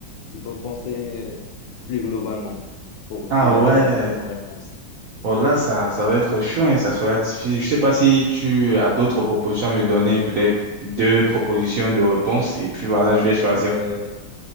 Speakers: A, on the left; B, on the right.
A: il faut penser plus globalement pour
B: Ah
A: trouver
B: ouais.
A: la répo- la bonne réponse.
B: Bon, là, ça, ça va être chaud et ça sera difficile. Je sais pas si tu as d'autres propositions à me donner, peut-être deux propositions de réponse, et puis voilà,
A: Oui,
B: je vais choisir.
A: euh,